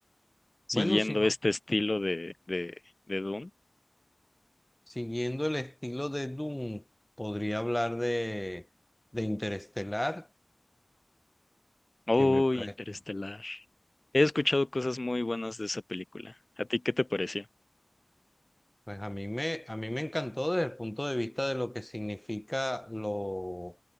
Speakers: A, on the left; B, in the centre.
A: siguiendo
B: bueno, si no-
A: este estilo de, de, de Dune?
B: siguiendo el estilo de Doom, podría hablar de, de Interestelar,
A: Oh,
B: que me parece,
A: Interestelar. He escuchado cosas muy buenas de esa película. ¿A ti qué te pareció?
B: pues a mí me, a mí me encantó desde el punto de vista de lo que significa lo,